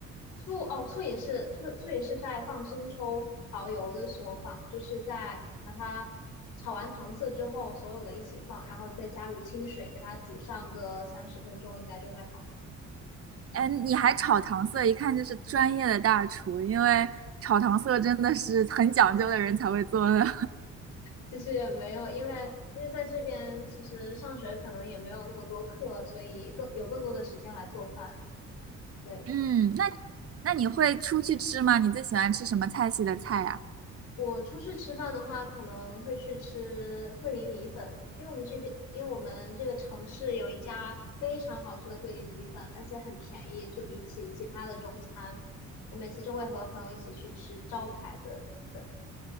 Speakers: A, on the left (about 90°); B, on the right (about 50°).
A: 醋哦，醋也是醋，醋也是在放生抽、蚝油的时候放，就是在把它炒完糖色之后，所有的一起放，然后再加入清水，给它煮上个三十分钟，应该就会好。
B: 哎，你还炒糖色，一看就是专业的大厨，因为炒糖色真的是很讲究的人才会做的。
A: 其实也没有，因为因为在这边其实上学可能也没有那么多课，所以更有更多的时间来做饭。对。
B: 嗯，那你那你会出去吃吗？你最喜欢吃什么菜系的菜呀？
A: 我出去吃饭的话，可能会去吃桂林米粉，因为我们这边，因为我们这个城市有一家非常好吃的桂林米粉，而且很便宜，就比起其他的中餐，我每次就会和朋友一起去吃招牌的米粉。